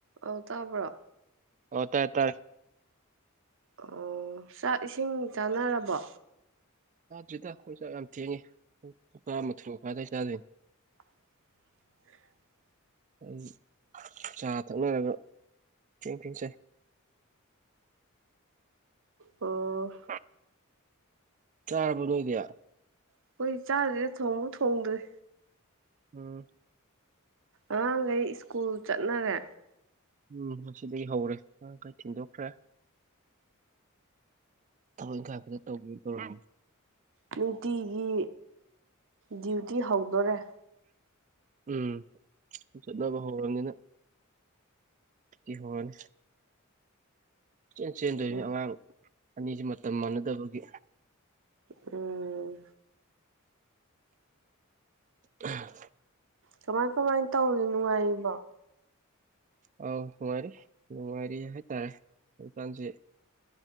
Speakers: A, on the right; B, on the right.
A: ꯑ ꯇꯥꯕ꯭ꯔꯣ
B: ꯍ ꯇ ꯇ
A: ꯑꯣ ꯆꯥꯛ ꯏꯁꯤꯡ ꯆꯥꯅꯔꯕꯣ
B: ꯆꯥꯗ꯭ꯔꯤꯗ ꯑꯩꯈꯣꯏ ꯆꯥꯛ ꯌꯥꯝ ꯊꯦꯡꯉꯤꯥ ꯃꯥꯊꯨ ꯃꯈꯥꯗꯥꯏ ꯆꯥꯗꯣꯏꯅꯤ
A: ꯑꯦ
B: ꯑꯩ ꯆꯥ ꯊꯛꯅꯔꯒ ꯊꯤꯟ ꯊꯤꯟꯁꯦ
A: ꯑꯣ
B: ꯍ ꯆꯥꯔꯕꯣ ꯅꯣꯏꯒꯤ
A: ꯑꯩꯈꯣꯏ ꯆꯥꯗ꯭ꯔꯤꯗꯥ ꯊꯣꯡꯐꯥꯎ ꯊꯣꯡꯗ꯭ꯔꯤ
B: ꯎꯝ
A: ꯑꯉꯥꯡꯈꯩ ꯁꯀꯨꯜ ꯆꯠꯅꯔꯦ
B: ꯎꯝ ꯉꯗꯒꯤ ꯍꯧꯔꯦ ꯃꯔꯥꯡꯈꯩ ꯊꯤꯟꯗꯣꯛꯈ꯭ꯔꯦ ꯊꯕꯛ ꯏꯪꯈ ꯇꯧꯕ ꯇꯧꯔ
A: ꯅꯨꯡꯇꯤꯒꯤ ꯗ꯭ꯌꯨꯇꯤ ꯍꯧꯗꯣꯔꯦ
B: ꯎꯝ ꯆꯠꯅꯕ ꯍꯧꯔꯕꯅꯤꯅ ꯀꯍꯣꯜ ꯆꯦꯟ ꯆꯦꯟꯗꯣꯏꯅꯤ
A: ꯎꯝ
B: ꯑꯉꯥꯡ ꯑꯅꯤꯁꯤ ꯃꯇꯝ ꯃꯥꯟꯅꯗꯕꯒꯤ
A: ꯑꯣ
B: ꯑ
A: ꯀꯃꯥꯏ ꯀꯃꯥꯏꯅ ꯇꯧꯔꯤ ꯅꯨꯡꯉꯥꯏꯔꯤꯕꯣ
B: ꯑꯥꯎ ꯅꯨꯡꯉꯥꯏꯔꯤ ꯅꯨꯡꯉꯥꯏꯔꯤ ꯍꯥꯏꯇꯥꯔꯦꯀꯥꯟꯁꯤ